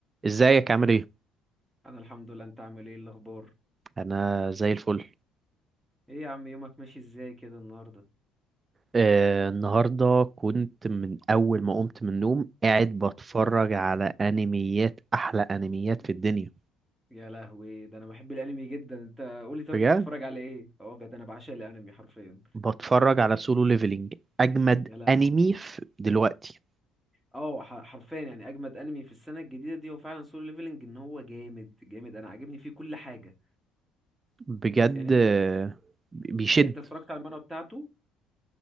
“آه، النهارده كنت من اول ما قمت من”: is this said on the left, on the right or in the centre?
Right